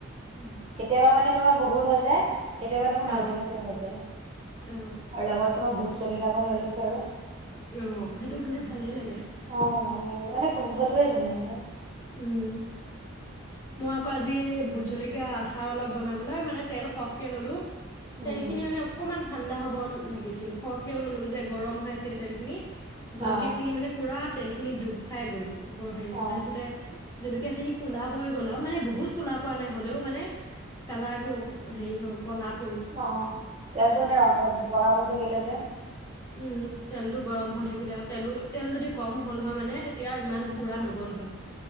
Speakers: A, on the left; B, on the right.
A: উম,
B: কেতিয়াবা মানে তোমাৰ বহুত হৈ যায়। কেতিয়াবা তোমাৰ ভাজি
A: অ
B: ভাতো হৈ যায়।
A: অ।
B: আৰু লগত ভোট জলকীয়া অকন লৈ লৈছো আৰু।
A: অ, সেইটো হলে ভালেই লাগে।
B: অ, ভাল লাগে মানে গোন্ধটোয়ে ধুনীয়া লাগে।
A: উম, মই আকৌ আজি এই ভোট জলকীয়া আচাৰ অলপ বনাবলে মানে তেল সহকে ললো
B: উম
A: তেল
B: উম
A: খিনি মানে অকমান ঠাণ্ডা হ'ব ল-লাগিছিল সহকেও ললো যে গৰম হৈ আছিল তেল খিনি। জলকীয়া
B: অ
A: খিনি মানে পুৰা তেল খিনিত ডুব খাই গ'ল। গ, হে,
B: অ
A: তাৰপিছতে। জলকীয়া খিনি কোলা পৰি গ'ল আৰু মানে বহুত কোলা পোৱা নাই হ'লেও মানে কালাৰটো হেৰি হৈ কলাপ
B: অ, তেল তো এনে অলপ গৰম হৈ থাকিলে যে।
A: উম, তেলটো গৰম হৈ থাকিলে আৰু তেলো, তেল যদি কম হ'ল হয় মানে তে এতিয়া ইমান
B: উম
A: পুৰা নগল হয়।